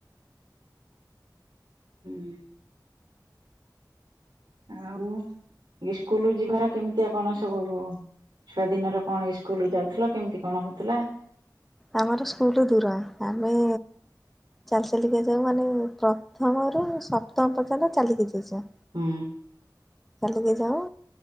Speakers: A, on the right; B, in the centre.
A: ହୁଁ। ଆଉ ଇସ୍କୁଲ ଯିବାର କେମିତିଆ କଣ ସବୁ। ଛୁଆ ଦିନର କଣ ସ୍କୁଲ ଯାଉଥିଲ କେମିତି କଣ ହଉଥିଲା।
B: ଆମର ସ୍କୁଲ ଦୂର ଆମେ ଚାଲି ଚାଲିକା ଯାଉ ମାନେ ପ୍ରଥମରୁ ସପ୍ତମ ପର୍ଯ୍ୟନ୍ତ ଚାଲିକି ଯାଇଛ
A: ହୁଁ।
B: ଚାାଲିକି ଯାଉ